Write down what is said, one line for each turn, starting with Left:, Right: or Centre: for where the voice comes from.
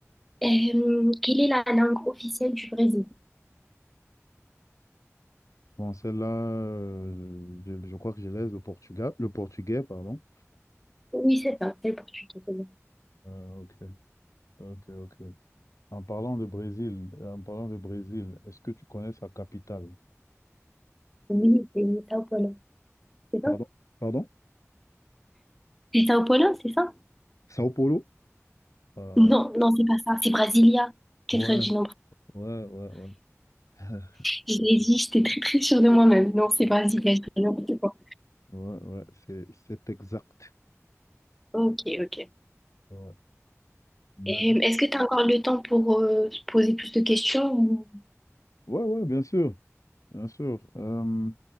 Centre: Euh, quelle est la langue officielle du Brésil?
Left: Bon, celle-là, euh, je, je je crois que je laisse le Portugal, le portugais, pardon.
Centre: Oui, c'est ça, c'est le portugais, c'est bon.
Left: Euh, ok. Ok, ok. En parlant de Brésil, en parlant de Brésil, est-ce que tu connais sa capitale?
Centre: Oui, c'est Sao Paulo, c'est ça?
Left: Pardon? Pardon?
Centre: C'est Sao Paulo, c'est ça?
Left: Sao Paulo? Euh,
Centre: Non, non, c'est pas ça, c'est Brasilia. Qu'est-ce
Left: ouais,
Centre: que je
Left: ouais, ouais, ouais. <laughs>
Centre: Je l'ai dit, j'étais très très sûre de moi-même. Non, c'est Brasilia, je dis n'importe quoi.
Left: Ouais, ouais, c'est, c'est exact.
Centre: Ok, ok.
Left: Ouais, Mais-
Centre: Et est-ce que tu as encore le temps pour euh, se poser plus de questions ou-
Left: ouais, ouais, bien sûr, bien sûr. Euh,